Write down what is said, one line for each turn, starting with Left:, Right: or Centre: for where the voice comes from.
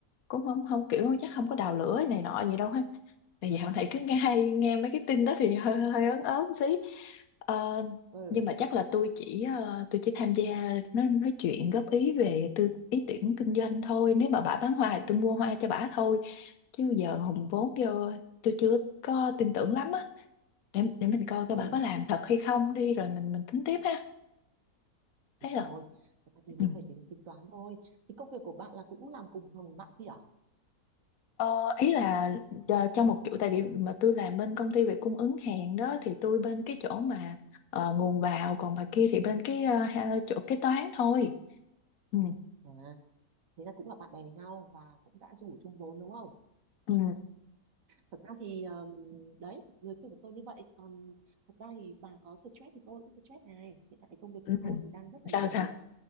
Left: cũng không không kiểu chắc không có đào lửa này nọ gì đâu ha tại dạo này cứ nghe hay nghe mấy cái tin đó thì <laughs> hơi hơi ớn ớn xí Ờ,
Right: ừ
Left: nhưng mà chắc là tôi chỉ ờ, tôi chỉ tham gia nói nói chuyện góp ý về tư, ý tưởng kinh doanh thôi nếu mà bà bán hoa thì tôi mua hoa cho bà thôi chứ giờ hùng vốn vô tôi chưa có tin tưởng lắm á để để mình coi coi
Right: ừ
Left: bà có làm thật hay không đi rồi mình mình tính tiếp ha thấy
Right: đúng
Left: rồi
Right: rồi Thật ra thì mình
Left: ừ.
Right: phải tính tính toán thôi thì công việc của bạn là cũng làm cùng phòng bạn kia à
Left: ờ, ý là cho, cho một chỗ tại vì mà tôi làm bên công ty về cung ứng hàng đó thì tôi bên cái chỗ mà ờ, nguồn vào còn bà kia thì bên cái ờ, ha- chỗ kế toán thôi ừ.
Right: À, thế là cũng là bạn bè với nhau và cũng đã rủ chung vốn đúng không
Left: Ừ.
Right: thật ra thì um, đấy lời khuyên của tôi như vậy còn thật ra thì bà có stress thì tôi cũng stress này hiện tại công việc
Left: Ừ.
Right: của tôi thì đang rất
Left: sao
Right: là nhiều
Left: sao
Right: việc